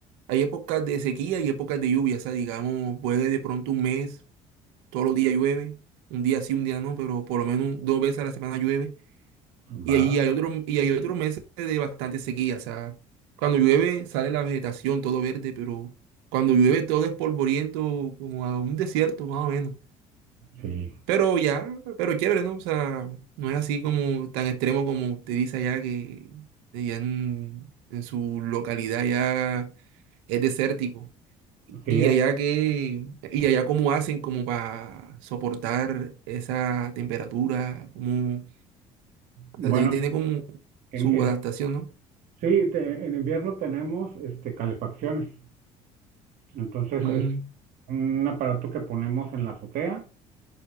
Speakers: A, on the right (about 80°); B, on the right (about 70°).
A: hay épocas de sequía y épocas de lluvia, o sea, digamos, puede de pronto un mes, todos los días llueve, un día sí, un día no, pero por lo menos dos veces a la semana llueve Y
B: va.
A: ahí hay otros, y hay otros meses de bastante sequía. O sea, cuando llueve sale la vegetación todo verde, pero cuando llueve todo es polvoriento, como a un desierto, más o menos.
B: Sí,
A: Pero ya, pero chévere, ¿no? O sea, no es así como tan extremo como usted dice allá que allá en, en su localidad ya es desértico.
B: sí,
A: Y allá que, y allá cómo hacen como para soportar esa temperatura, como, o
B: Bueno,
A: sea, deben tener como
B: en,
A: su
B: en-
A: adaptación, ¿no?
B: sí, te- en invierno tenemos este, calefacciones. Entonces
A: Mm,
B: es un aparato que ponemos en la azotea